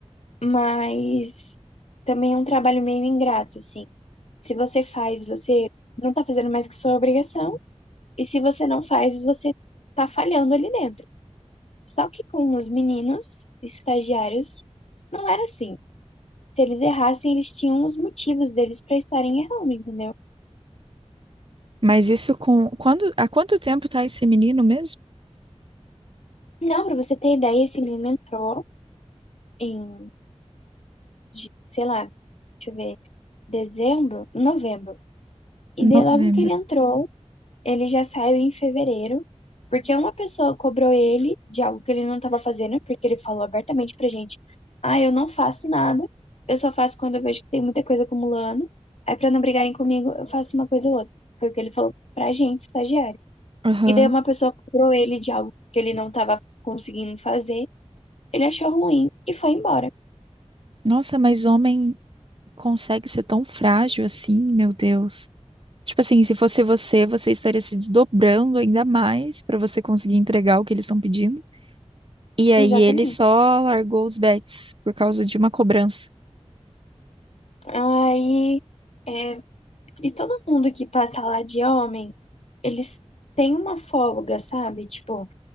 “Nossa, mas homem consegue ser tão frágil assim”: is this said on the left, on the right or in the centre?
Right